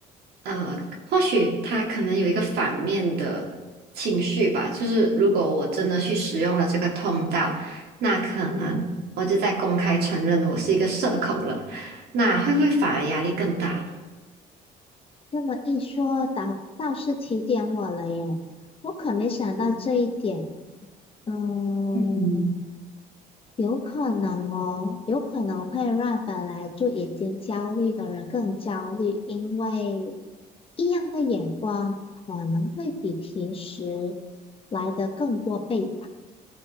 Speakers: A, on the right; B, on the left.
A: 呃，或许他可能有一个反面的情绪吧，就是如果我真的去使用了这个通道，那可能我就在公开承认我是一个社恐了，那会不会反而压力更大呢？
B: 那么一说，倒倒是提点我了耶，我可没想到这一点呢。
A: 嗯，
B: 嗯。
A: 嗯
B: 有可能哦，有可能会让本来就已经焦虑的人更焦虑，因为异样的眼光可能会比平时来的更多倍吧。